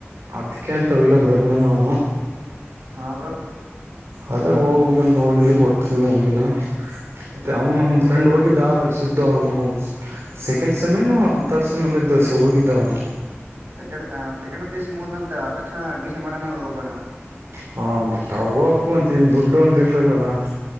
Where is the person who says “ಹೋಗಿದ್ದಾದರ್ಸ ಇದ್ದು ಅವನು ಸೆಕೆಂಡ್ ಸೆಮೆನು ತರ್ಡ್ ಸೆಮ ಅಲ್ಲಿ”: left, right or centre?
Right